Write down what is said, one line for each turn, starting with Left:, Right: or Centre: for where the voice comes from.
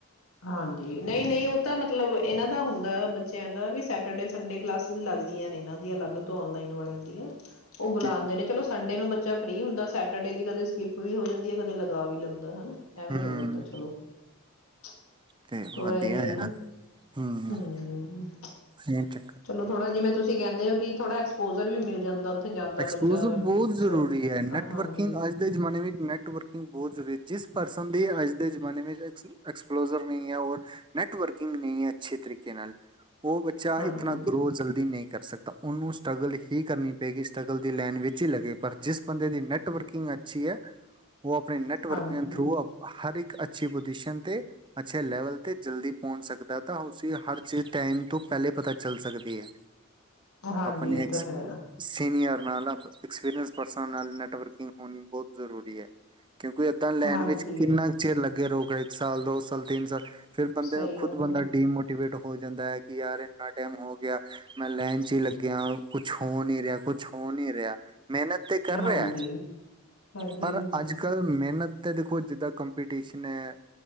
Left: ਹਾਂਜੀ ਨਹੀਂ ਨਹੀਂ ਉਹ ਤਾਂ ਮਤਲਬ ਇਹਨਾਂ ਦਾ ਹੁੰਦਾ ਬੱਚਿਆਂ ਦਾ ਵੀ ਸੈਟਰਡੇ ਸੰਡੇ ਕਲਾਸਿਸ ਲੱਗਦੀਆਂ ਨੇ ਇਹਨਾਂ ਦੇ ਦੀਆਂ ਅਲੱਗ ਤੋਂ ਨਲਾਈਨ ਵਾਲਿਆਂ ਦੀਆਂ ਉਹ ਬੁਲਾਉਂਦੇ
Right: ਹੂੰ
Left: ਨੇ ਚਲੋ ਸੰਡੇ ਨੂੰ ਬੱਚਾ ਫ੍ਰਰੀ ਹੁੰਦਾ ਸੈਟਰਡੇ ਦੀ ਕਦੇ ਸਕਿੱਪ ਵੀ ਹੋ ਜਾਂਦੀ ਹੈ ਕਦੇ ਲਗਾ ਵੀ ਲੈਂਦਾ ਹਨਾ ਐਵੇਂ
Right: ਹੂੰ
Left: ਹੋ ਜਾਂਦਾ ਚਲੋ <unintelligible>
Right: ਤੇ
Left: ਥੋੜਾ
Right: ਵਧੀਆ
Left: ਇਹੀ
Right: ਹੈ
Left: ਨਾ
Right: ਹੂੰ
Left: ਹਮ
Right: ਇਹ ਚ
Left: ਚਲੋ ਥੋੜਾ ਜਿ ਤੁਸੀਂ ਕਿੰਦੇ ਹੋ ਕਿ ਐਕਸਪਲੋਜਰ ਵੀ ਮਿਲ ਜਾਂਦਾ ਜਾਂਦਾ
Right: ਐਕਸਪਲੋਵ
Left: ਬੱਚਾ
Right: ਬਹੁਤ
Left: ਸਭ
Right: ਜ਼ਰੂਰੀ ਹੈ ਨੈਟਵਰਕਿੰਗ
Left: ਹਾਂਜੀ
Right: ਅੱਜ ਦੇ ਜਮਾਨੇ ਵਿੱਚ ਨੈਟਵਰਕਿੰਗ ਬਹੁਤ ਜ਼ਰੂਰੀ ਜਿਸ ਪਰਸਨ ਅੱਜ ਦੇ ਜਮਾਨੇ ਵਿੱਚ ਐਕਸਪਲੋਜਰ ਨਹੀਂ ਹੈ ਔਰ ਨੈਟਵਰਕਿੰਗ ਨਹੀਂ ਹੈ ਅਛੇ ਤਰੀਕੇ ਨਾਲ ਉਹ ਬੱਚਾ
Left: ਹਾਂਜੀ
Right: ਇਤਨਾ ਗਰੋ ਜਲਦੀ ਨਹੀਂ ਕਰ ਸਕਦਾ ਉਹਨੂੰ ਸਟਰਗਲ ਹੀ ਕਰਨੀ ਪਏਗੀ ਟਕਲ ਦੀ ਲਾਈਨ ਵਿੱਚ ਹੀ ਲੱਗੇਗੇ ਪਰ ਜਿਸ ਬੰਦੇ ਦੀ ਨੈੱਟਵਰਕਿੰਗ ਅੱਛੀ ਹੈ ਉਹ ਆਪਣੇ ਨੇੈਟਵਰਕਗ
Left: ਹਾਂਜੀ
Right: ਥਰੂ ਹਰ ਇੱਕ ਇੱਕ ਅੱਛੀ ਪੁਜੀਸ਼ਨ ਤੇਤੇ ਅੱਛੇ ਲੈਵਲ ਤੇ ਜਲਦੀ ਪਹੁੰਚ ਸਕਦਾ ਤਾਂ ਉਸ ਹਰ ਚੀਜ਼ ਟਾਈਮ ਤੋਂ ਪਹਿਲੇ ਪਤਾ ਚੱਲ ਸਕਦੀ ਹੈ
Left: ਹਾਂਜੀ
Right: ਆਪਣੇ
Left: ਇਹ
Right: ਐਕਸ
Left: ਤਾਂ ਹੈ
Right: <inaudible> ਨਾਲ ਨੈਟਵਰਕਿੰਗ ਹੋਣੀ ਬਤ ਜ਼ਰੂਰੀ ਹੈ ਕਿਉਂਕਿ ਏਦਾਂ ਲਾਈਨ
Left: ਹਾਂਜੀ
Right: ਵਿੱਚ ਕਿੰਨਾ ਕੁ ਚਿਰ ਲੱਗੇ ਰੋ ਇੱਕ ਸਾਲ ਦੋ ਸਾਲ ਤਿੰਨ ਸਾਲ ਫੇਰ ਬੰਦੇ
Left: ਸਹੀ
Right: ਨੂੰ
Left: ਗੱਲ
Right: ਖੁਦ ਬੰਦਾ
Left: ਹੈ
Right: ਡੀਮੋਟੀਵੇਟ ਹੋ ਜਾਂਦਾ ਹੈ ਕਿ ਯਾਰ ਇੰਨਾ ਟਾਈਮ ਹੋ ਗਿਆ ਮੈਂ ਲਾਈਨ ਚ ਹੀ ਲੱਗਿਆ ਕੁਛ ਹੋ ਨ ਰਿਹਾ ਕੁਛ ਕੁਛ ਹੋ ਨੀ ਰਿਹਾ ਮਿਹਨਤ ਤਾਂ ਕਰ
Left: ਹਾਂਜੀ
Right: ਰਿਹਾ
Left: ਹਾਂਜੀ
Right: ਪਰ
Left: ਹਾਂਜੀ
Right: ਅੱਜ ਕੱਲ੍ਹ ਮਿਹਨਤ ਤਾਂ ਦੇਖੋ ਜਿੱਦਾਂ ਕੰ ਕੰਪੀਟੀਸ਼ਨ ਹੈ